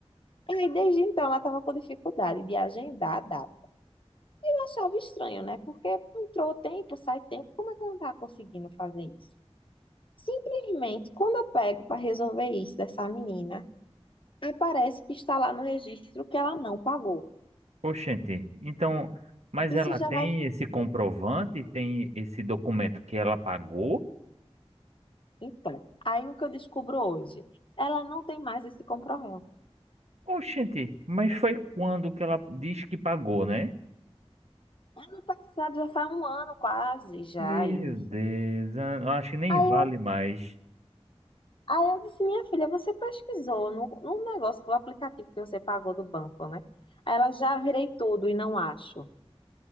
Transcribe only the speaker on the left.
Aí, desde então, ela estava com dificuldade de agendar a data. Eu achava estranho, né? Porque entrou tempo, sai tempo. Como é que ela não tá conseguindo fazer isso? Simplesmente, quando eu pego para resolver isso dessa menina, aparece que está lá no registro que ela não pagou.
Isso
já
vai.
Então, aí o que eu descubro hoje? Ela não tem mais esse compromisso.
Ano passado já faz um ano quase, já
isso.
Aí
eu
Aí eu disse, minha filha, você pesquisou no, no negócio, que o aplicativo que você pagou do banco, né? Aí ela já virei tudo e não acho.